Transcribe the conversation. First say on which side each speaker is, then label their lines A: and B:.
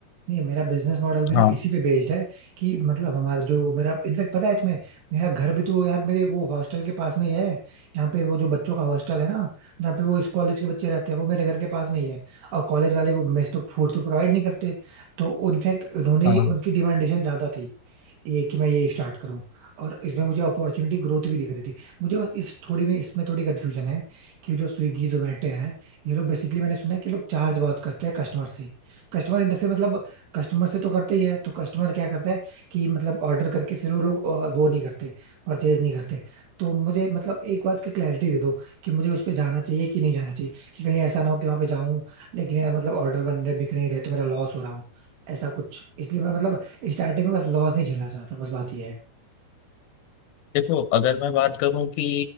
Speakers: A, on the right; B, on the left.
A: नहीं मेरा बिजनेस मॉडल भी ना
B: हाँ
A: इसी पे बेस्ड है कि मतलब हमारा जो मेरा इनफैक्ट पता है तुम्हें मेरा घर भी तो यार मेरे वो हॉस्टल के पास में ही है यहाँ पे वो जो बच्चों का हॉस्टल है ना यहाँ पे वो इस कॉलेज के बच्चे रहते हैं वो मेरे घर के पास में ही है और कॉलेज वाले वो मेस तो फूड तो प्रोवाइड नहीं करते तो इनफैक्ट उन्होंने
B: हाँ
A: उनकी डिमांडेशन ज्यादा थी ये कि मैं ये स्टार्ट करूं और इसमें मुझे अपॉर्चुनिटी ग्रोथ भी दिख रही थी मुझे बस इस थोड़ी में इसमें थोड़ी कंफ्यूजन है कि जो स्विगी जोमेटो है ये लोग बेसिकली मैंने सुना है कि लोग चार्ज बहुत करते हैं कस्टमर से कस्टमर इन द से मतलब कस्टमर से तो करते ही है तो कस्टमर क्या करता है कि मतलब ऑर्डर करके फिर वो लोग अ, वो नहीं करते परचेज नहीं करते तो मुझे मतलब एक बात की क्लैरिटी दे दो कि मुझे उस पर जाना चाहिए कि नहीं जाना चाहिए कि कहीं ऐसा ना हो कि वहां पे जाऊं लेकिन यार मतलब ऑर्डर बन रहे बिक नहीं रहे तो मेरा लॉस हो रहा हो ऐसा कुछ इसलिए मैं मतलब स्टार्टिंग में बस लॉस नहीं झेलना चाहता बस बात ये है
B: देखो अगर मैं बात करूं कि